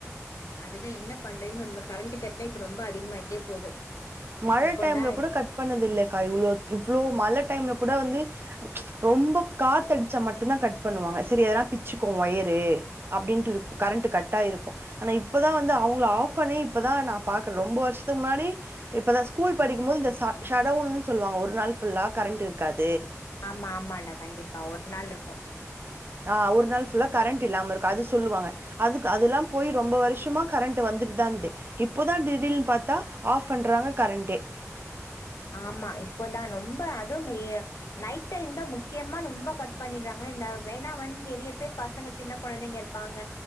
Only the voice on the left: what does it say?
அதுதா என்ன பண்றதுன்னு உண்மை கரண்ட கட்லா இப்ப ரொம்ப அதிகமாயிட்டே போது
எப்போதா
ஆமா ஆமாடா கண்டிப்பா ஒரு நாள் இருக்கு
ஆமா இப்பதா ரொம்ப அதுவு நைட் டைம் தா முக்கியமா ரொம்ப கட் பண்ணடுறாங்க அப்புற இந்த ஏன்னா வந்து நெறைய பேர் பசங்க சின்ன குழந்தைங்க இருப்பாங்க